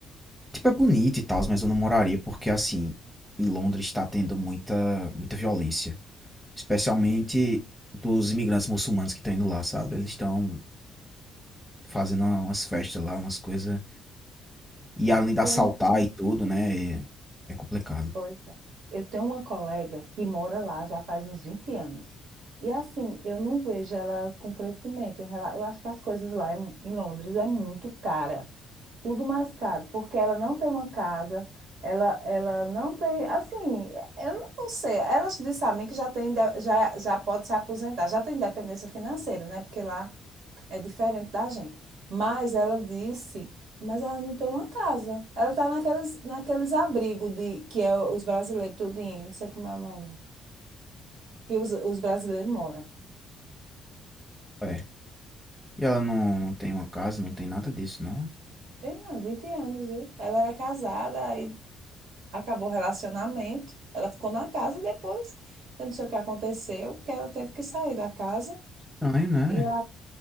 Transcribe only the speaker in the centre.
Tipo, é bonito e tal, mas eu não moraria porque, assim, em Londres está tendo muita, muita violência. Especialmente dos imigrantes muçulmanos que estão indo lá, sabe? Eles estão fazendo umas festas lá, umas coisas. E além
de
assaltar e tudo, né? É, é complicado.
É. E ela não, não tem uma casa, não tem nada disso, não?
Estranho, né?